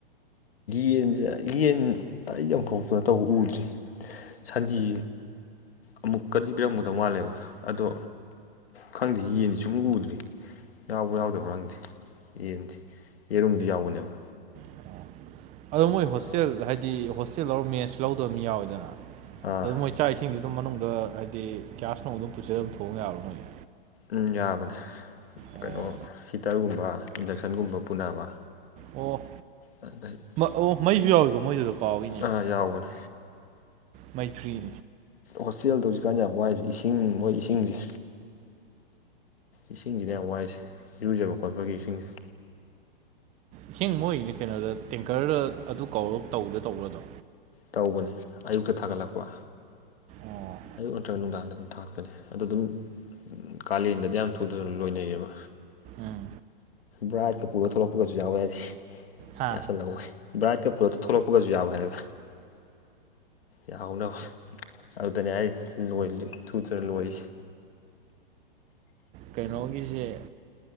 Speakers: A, on the left; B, on the right.
A: ꯌꯦꯟꯁꯦ ꯌꯦꯟ ꯑꯩ ꯌꯥꯝꯐꯥꯎꯇꯅ ꯇꯧꯕ ꯎꯗ꯭ꯔꯤ ꯁꯟꯊꯤ ꯑꯃꯨꯛꯀꯗꯤ ꯄꯤꯔꯝꯒꯗꯧ ꯃꯥꯜꯂꯦꯕ ꯑꯗꯣ ꯈꯪꯗꯦ ꯌꯦꯟꯗꯤ ꯁꯨꯝ ꯎꯗ꯭ꯔꯤ ꯌꯥꯎꯕ꯭ꯔꯥ ꯌꯥꯎꯗꯕ꯭ꯔꯥ ꯈꯪꯗꯦ ꯌꯦꯟ ꯌꯦꯔꯨꯝꯗꯤ ꯌꯥꯎꯕꯅꯦꯕ
B: ꯑꯣ ꯑꯗꯣ
A: ꯑꯗꯨꯒ
B: ꯃꯣꯏ ꯍꯣꯁꯇꯦꯜ ꯍꯥꯏꯗꯤ ꯍꯣꯁꯇꯦꯜ ꯑꯔ ꯃꯦꯟꯁ ꯂꯧꯗꯕ ꯑꯃ ꯌꯥꯎꯋꯦꯗꯅ
A: ꯑꯥ
B: ꯑꯗꯨ ꯃꯣꯏ ꯏꯆꯥ ꯏꯁꯤꯡꯁꯤꯗꯨꯝ ꯃꯅꯨꯡꯗ ꯍꯥꯏꯗꯤ ꯒ꯭ꯌꯥꯁ ꯅꯨꯡ ꯑꯗꯨꯝ ꯄꯨꯁꯜꯂ ꯑꯃ ꯊꯣꯛꯣꯡꯑ ꯌꯥꯕ꯭ꯔꯥ ꯅꯣꯏꯒꯤ
A: ꯎꯝ ꯌꯥꯕꯅꯦ
B: ꯑꯣ
A: ꯀꯩꯅꯣ ꯍꯤꯇꯔꯒꯨꯝꯕ ꯏꯟꯗꯛꯁꯟꯒꯨꯝꯕ ꯄꯨꯅꯕ
B: ꯑꯣ
A: ꯑꯗꯩ
B: ꯑꯣ ꯃꯩꯁꯨ ꯌꯥꯎꯏꯕ ꯃꯣꯏꯗꯨꯗ ꯀꯥꯎꯏꯅꯦ
A: ꯑꯥ ꯌꯥꯎꯕꯅꯦ
B: ꯃꯩꯈ꯭ꯔꯤ
A: ꯍꯣꯁꯇꯦꯜꯗ ꯍꯧꯖꯤꯛꯀꯥꯟ ꯌꯥꯝ ꯋꯥꯏꯁꯦ ꯏꯁꯤꯡ ꯃꯣꯏ ꯏꯁꯤꯡꯁꯦ ꯏꯁꯤꯡꯁꯤꯅ ꯍ ꯋꯥꯏꯁꯦ ꯏꯔꯨꯖꯕ ꯈꯣꯠꯄꯒꯤ ꯏꯁꯤꯡꯁꯦ
B: ꯏꯁꯤꯡ ꯃꯣꯏꯁꯦ ꯀꯩꯅꯣꯗ ꯇꯦꯡꯀꯔꯗ ꯑꯗꯨ ꯀꯧꯔꯒ ꯇꯧꯗ ꯇꯧꯕꯗꯣ
A: ꯇꯧꯕꯅꯤ ꯑꯌꯨꯛꯇ ꯊꯥꯒꯠꯂꯛꯄ
B: ꯑꯣ
A: ꯑꯌꯨꯛ ꯅꯠꯇ꯭ꯔꯒ ꯅꯨꯡꯗꯥꯡꯗ ꯑꯗꯨꯝ ꯊꯥꯛꯛꯄꯅꯤ ꯑꯗꯣ ꯑꯗꯨꯝ ꯀꯥꯂꯦꯟꯗꯗꯤ ꯌꯥꯝ ꯊꯨ ꯊꯨꯅ ꯂꯣꯏꯅꯩꯌꯦꯕ
B: ꯎꯝ
A: ꯕ꯭ꯔꯥꯏꯠꯀ ꯄꯨꯔ ꯊꯣꯛꯂꯛꯄꯒꯁꯨ ꯌꯥꯎꯋꯦ ꯍꯥꯏꯗꯤ
B: ꯍꯥ
A: ꯌꯥꯁꯜꯍꯧꯣꯏ ꯕ꯭ꯔꯥꯏꯠꯀ ꯄꯣꯠꯇ ꯊꯣꯛꯂꯛꯄꯒꯁꯨ ꯌꯥꯎꯋ ꯍꯥꯏꯌꯦꯕ ꯌꯥꯎꯅꯕ ꯑꯗꯨꯗꯅꯦ ꯑꯩ ꯊꯨꯗꯅ ꯂꯣꯏꯔꯤꯁꯦ
B: ꯀꯩꯅꯣꯒꯤꯁꯦ